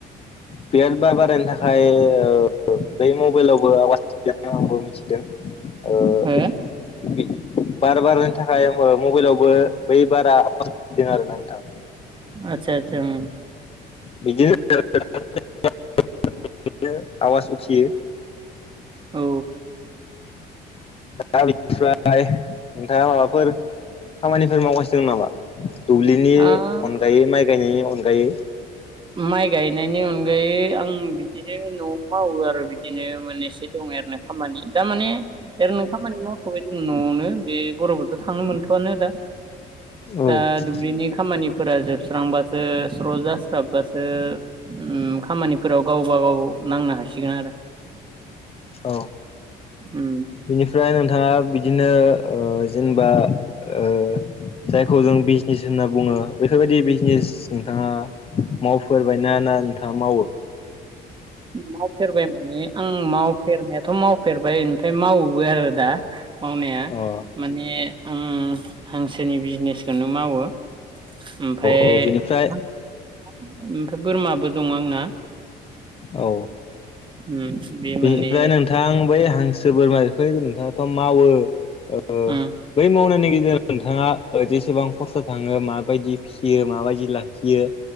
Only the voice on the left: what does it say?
बिराद बार बारायनो थाखाय ओं बै मबाइलावबो आवाजदों आंबो मिथिदों। ओं
बे बार बारनायनि थाखाय ओं मबाइलाव बो बै बारा आरो ना नोंथां।
बिदिनो <unintelligible> आवाज उथियो।
दा बिनिफ्राय नोंथाङा माबाफोर खामानिफोर मावगासिनो दं नामा? दुब्लिनि
अनगायै माइ गायनायनि अनगायै।
औ
औ
बिनिफ्राय नोंथाङा बिदिनो ओं जेनेबा ओं जायखौ जों बिजनेस होनना बुङो। बेफोरबायदि बिजनेस नोंथाङा मावफेरबायना ना नोंथाङा मावो?
औ
औ बिनिफ्राय
औ।
बेनिफ्राय नोंथां बै हांसो बोरमा बेखौ नोंथाङाथ' मावो। ओं
बै मावनायनि गेजेर नोंथाङा जेसेबां खरसा थाङो माबायदि फिसियो माबायदि लाखियो।